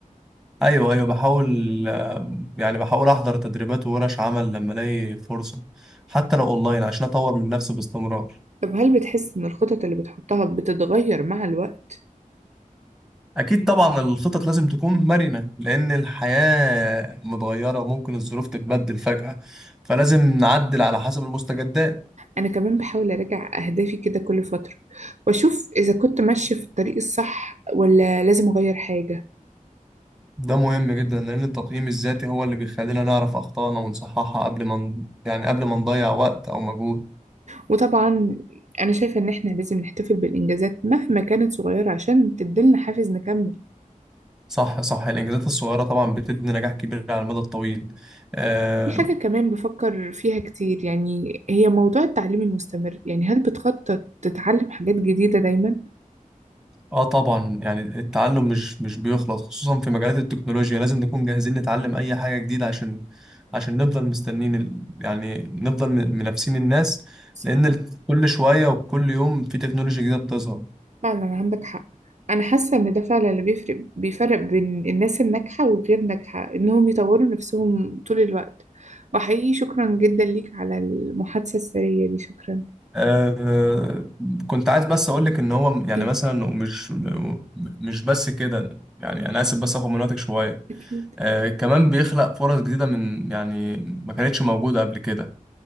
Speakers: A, in the centre; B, on the right.
A: أيوه أيوه بحاول آه، يعني بحاول أحضر تدريبات وورش عمل لما ألاقي فرصة حتى لو أونلاين عشان أطور من نفسي باستمرار
B: طب هل بتحس إن الخطط اللي بتحطها بتتغير مع الوقت؟
A: أكيد طبعا الخطط لازم تكون مرنة لأن الحياة متغيرة وممكن الظروف تتبدل فجأة فلازم نعدل على حسب المستجدات
B: أنا كمان بحاول أراجع أهدافي كده كل فترة وأشوف إذا كنت ماشية في الطريق الصح ولا لازم أغير حاجة
A: ده مهم جدا لأن التقييم الذاتي هو اللي بيخلينا نعرف أخطائنا ونصححها قبل ما ن- يعني قبل ما نضيع وقت أو مجهود
B: وطبعا أنا شايفة إن إحنا لازم نحتفل بالإنجازات مهما كانت صغيرة عشان تديلنا حافز نكمل
A: صح صح الإنجازات الصغيرة طبعا بتبني نجاح كبير على المدى الطويل آه,
B: في حاجة كمان بفكر فيها كتير يعني هي موضوع التعليم المستمر يعني هل بتخطط تتعلم حاجات جديدة دايما؟
A: آه طبعا يعني التعلم مش مش بيخلص خصوصا في مجالات التكنولوجيا لازم نكون جاهزين نتعلم أي حاجة جديدة عشان عشان نفضل مستنين ال- يعني نفضل م- منافسين الناس
B: صح
A: لأن ال- كل شوية وكل يوم في تكنولوجيا جديدة بتظهر
B: فعلا عندك حق أنا حاسة إن ده فعلا اللي بيفرق بيفرق بين الناس الناجحة وغير ناجحة إنهم يطوروا نفسهم طول الوقت وحقيقي شكرا جدا ليك على المحادثة السرية دي شكرا
A: آه، كنت عايز بس اقول لك ان هو م- يعني
B: إيه
A: مثلا مش م- مش بس كده يعني انا اسف بس اخد من وقتك شويه
B: أكيد
A: آه، كمان بيخلق فرص جديده من يعني ما كانتش موجوده قبل كده